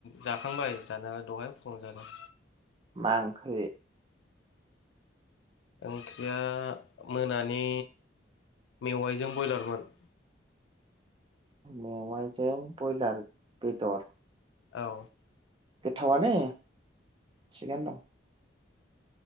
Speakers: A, on the left (about 75°); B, on the right (about 30°).
A: जाखांबाय जानायालाय दहाय फुुंआवनो जादों।
B: आ ओंख्रि?
A: ओंख्रिया मोनानि मेवाइजों बयलारमोन।
B: मेवायजों बयलार बेदर।
A: औ।
B: गोथावआनो थिगानो दं।